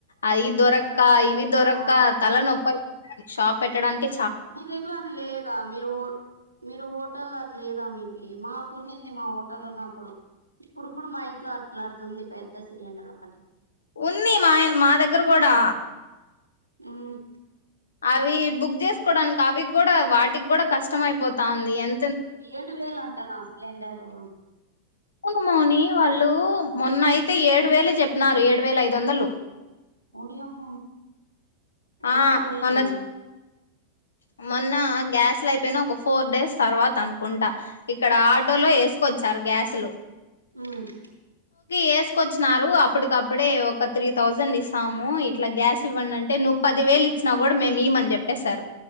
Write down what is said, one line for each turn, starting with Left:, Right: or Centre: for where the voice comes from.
Left: అది దొరక క్క ఇవి దొరక్క
Right: ఆ
Left: తల నొప్పా అయి షాప్ పెట్టడానికె
Right: మీ దగ్గర అది లేదా మీరో మీరు హోటల్ అది లేదా మీకి మాకున్నింది మా హోటల్ ఉన్నప్పుడు ఇప్పుడు కూడా మా ఇంట్లో అట్లాడుతుంది పెద్ద సిలిండర్ ఒకటి
Left: ఉంది మా మా దగ్గర కూడా
Right: హ్మ్
Left: అవి బుక్ చేసుకోవడానికి అవి కూడా వాటికి కూడా కష్టం అయిపోతా ఉంది ఎం
Right: ఏడు వేలు అంటన సిలిండర్ ఓ
Left: అవును మోని వాళ్ళు మొన్నయితే ఏడు వేలు చెప్పినారు ఏడు వేల ఐదు వందలు
Right: ఒడియమ్మ ఎట్ట
Left: ఆ
Right: కొనేది
Left: మొన్న మొన్న గ్యాస్ లో అయిపోయిన ఒక ఫోర్ డేస్ తర్వాత అనుకుంటా ఇక్కడ ఆటోలో ఏస్ కోచ్చారు గ్యాసు లు
Right: హ్మ్
Left: వేసుకొచ్చినారు అప్పటికప్పుడే ఒక త్రీ థౌజండ్ ఇస్తాము ఇట్లా గ్యాస్ ఇవ్వండి అంటే ను పది వేలు ఇచ్చినా కూడా మేము ఇయమని చెప్పేశారు